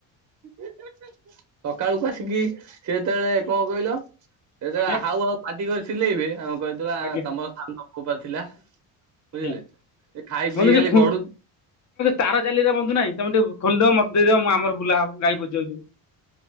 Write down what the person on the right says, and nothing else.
ସକାଳକୁ ଆସିକି ସେଏ ଯେତେବେଳେ କଣ କହିଲ? ସେ ଯେତେବେଳେ
ହାଉ ହାଉ ପାଟି କରି ଚିଲେଇବେ ଆମ କହିଥିବା
ତମ ସାନ ପୁଅ ପା ଥିଲା। ବୁଝିଲେ
ଏ ଖାଇ ପିଇ
ଖାଲି
ଗଡୁଛି